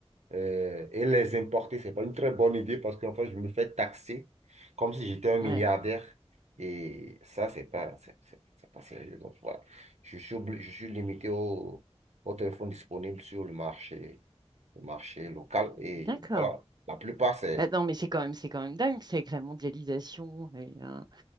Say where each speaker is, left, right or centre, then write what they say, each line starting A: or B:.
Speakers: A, on the right (about 80°); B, on the right (about 40°).
A: euh, et les importer, c'est pas une très bonne idée parce qu'en fait, je me fais taxer comme si j'étais un milliardaire.
B: ouais,
A: Et ça, c'est pas, c'est c'est- c'est pas sérieux. Donc voilà, je suis, obli- je suis limité au, au téléphone disponible sur le marché, le marché local. Et
B: d'accord.
A: voilà, la plupart, c'est
B: Ah, non, mais c'est quand même, c'est quand même dingue, c'est avec la mondialisation. Et, euh,